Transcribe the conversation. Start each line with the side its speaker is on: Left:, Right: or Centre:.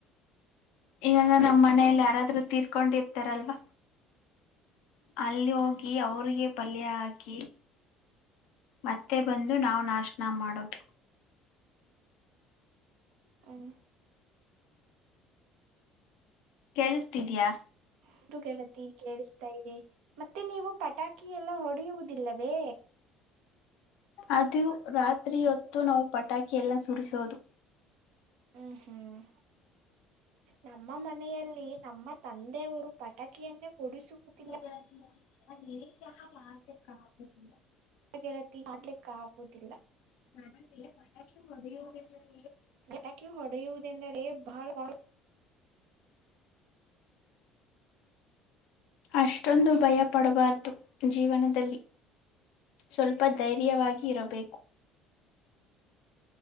Left: ಈವಾಗ ನಮ್ಮ್ ಮನೆಯಲ್ಲಿ ಯಾರಾದರೂ ತೀರ್ಕೊಂಡಿರ್ತಾರಲ್ವಾ ಅಲ್ಲಿ ಹೋಗಿ ಅವ್ರಿಗೆ
Right: ಹ್ಮ್
Left: ಪಲ್ಯ ಹಾಕಿ ಮತ್ತೆ ಬಂದು ನಾವು ನಾಸ್ಟಾ ಮಾಡೋದು
Right: ಹ
Left: ಕೇಳಿಸತಿದ್ಯಾ
Right: ಹೌದು ಗೆಳತಿ ಕೇಳಿಸ್ತಾ ಇದೆ ಮತ್ತೆ ನೀವು ಪಟಾಕಿ ಎಲ್ಲ ಹೊಡೆಯುವುದಿಲ್ಲವೇ
Left: ಅದು ರಾತ್ರಿ ಹೊತ್ತು ನಾವು ಪಟಾಕಿ ಎಲ್ಲಾ ಸುಡಿಸೋದು
Right: ಹ್ಮ್ ಹ್ಮ್ ನಮ್ಮ ಮನೆಯಲ್ಲಿ ನಮ್ಮ ತಂದೆಯವರು ಪಟಾಕಿಯನ್ನೇ ಕೊಡಿಸುವುದಿಲ್ಲ
Left: <unintelligible>
Right: ಗೆಳತಿ ಮಾಡಲಿಕ್ಕ ಆಗುವುದಿಲ್ಲ
Left: <unintelligible>
Right: ನನಗೆ ಪಟಾಕಿ ಹೊಡೆಯುವುದೆಂದರೆ ಬಹಳ ಬಹಳ
Left: ಅಷ್ಟೊಂದು ಭಯ ಪಡಬಾರದು ಜೀವನದಲ್ಲಿ ಸ್ವಲ್ಪ ಧೈರ್ಯವಾಗಿ ಇರಬೇಕು